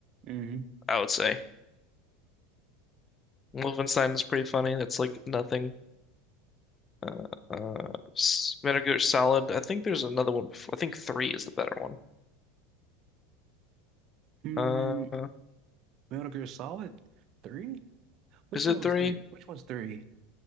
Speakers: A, on the right; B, on the left.
A: Mm-hmm.
B: I would say. Wolfenstein is pretty funny. That's like nothing. Uh, uh, S- Metal Gear Solid. I think there's another one before. I think three is the better one.
A: Mm,
B: Uh,
A: Metal Gear Solid 3? Which
B: is it
A: one was
B: three?
A: 3? Which one's 3?